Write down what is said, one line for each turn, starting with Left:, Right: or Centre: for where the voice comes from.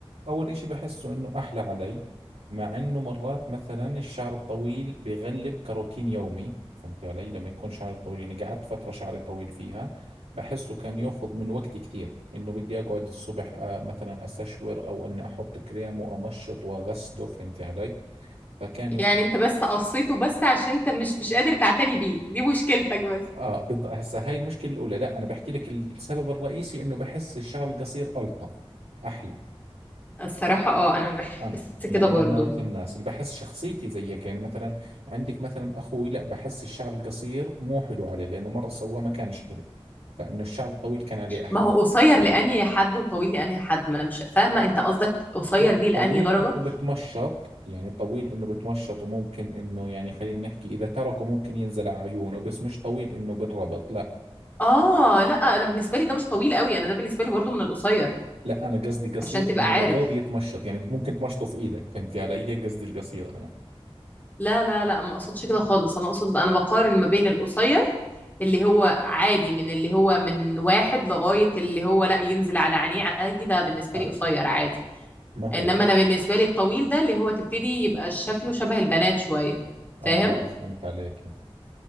Right: أول إشي بحسه إنه أحلى علي مع إنه مرات مثلا الشعر الطويل بغلب كروتين يومي فهمت علي لما يكون شعري طويل يعني قعدت فترة شعري طويل فيها بحسه كان ياخذ من وقتي كثير إنه بدي أقعد الصبح آه، مثلا أستشور أو إني أحط كريم وأمشط وأغسله فهمت علي فكان ياخذ
Left: يعني أنت بس قصيته بس عشان أنت مش مش قادر تعتني بيه دي مشكلتك بس
Right: اه بالضبط هسه هاي المشكله الاولى لا انا بحكي لك السبب الرئيسي انه بحس الشعر القصير الطف احلى
Left: الصراحة اه أنا بحس
Right: انا يعني
Left: كده
Right: من
Left: برضو
Right: نوعيه الناس اللي بحس شخصيتي زي هيك يعني مثلا عندك مثلا اخوي لا بحس الشعر القصير مو حلو عليه لانه مره سواه ما كانش حلو فانه الشعر الطويل كان عليه احلى
Left: ما هو قصير لأنهي حد وطويل لأنهي حد ما أنا مش فاهمة أنت قصدك قصير
Right: لا الطويل
Left: دي لأنهي درجة
Right: انه بتمشط يعني الطويل انه بتمشط وممكن انه يعني خلينا نحكي اذا تركه ممكن ينزل على عيونه بس مش طويل انه بالربط لا
Left: اه لا أنا بالنسبة لي ده مش طويل قوي أنا ده بالنسبة لي برضو من القصير
Right: لا انا قصدي قصير
Left: عشان تبقى
Right: انه
Left: عارف
Right: يا دوب يتمشط يعني بت- ممكن تمشطه في ايدك فهمتي علي هيك قصدي القصير انا
Left: لا لا لا ما اقصدش كده خالص انا اقصد انا بقارن ما بين القصير اللي هو عادي من اللي هو من واحد لغاية اللي هو لا ينزل على عينيه عادي ده بالنسبة
Right: اه
Left: لي قصير عادي
Right: ما هو
Left: انما انا بالنسبة لي الطويل ده اللي هو تبتدي يبقى شكله شبه البنات شوية
Right: اه
Left: فاهم
Right: فهمت عليك